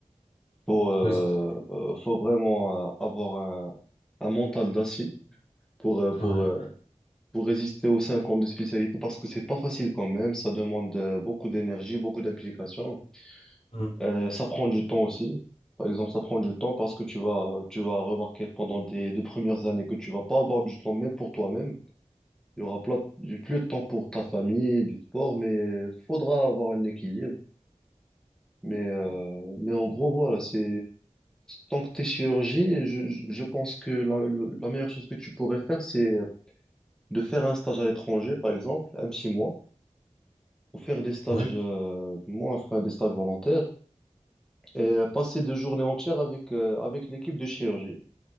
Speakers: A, in the centre; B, on the left (about 60°).
A: Faut, euh,
B: Oui, c'est-
A: euh, faut vraiment euh, avoir un, un mental d'acier pour, euh, pour,
B: ouais.
A: euh, pour résister aux cinq ans de spécialité parce que c'est pas facile quand même. Ça demande euh, beaucoup d'énergie, beaucoup d'implication.
B: Hmm.
A: Euh, ça prend du temps aussi. Par exemple, ça prend du temps parce que tu vas, tu vas remarquer pendant tes deux premières années que tu vas pas avoir du temps même pour toi-même. Il y aura pla- du- plus de temps pour ta famille, du sport, mais faudra avoir un équilibre. Mais, euh, mais en gros, voilà, c'est tant que t'es chirurgien, je, je je pense que la, la meilleure chose que tu pourrais faire, c'est de faire un stage à l'étranger, par exemple, un petit mois, ou faire des stages,
B: Oui,
A: euh, moi, enfin, des stages volontaires, et passer deux journées entières avec, euh, avec l'équipe de chirurgie.